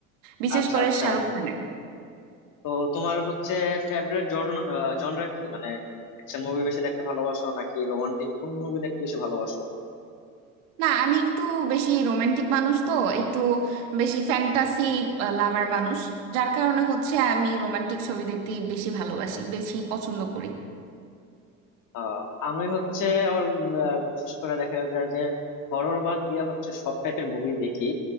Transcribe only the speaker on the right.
বিশেষ
করে
শাহরুখ খানের
না আমি একটু বেশি রোমান্টিক মানুষ তো একটু বেশি ফ্যান্টাসি লাভার মানুষ যার কারণে হচ্ছে আমি রোমান্টিক ছবি দেখতে বেশি ভালোবাসি বেশি পছন্দ করি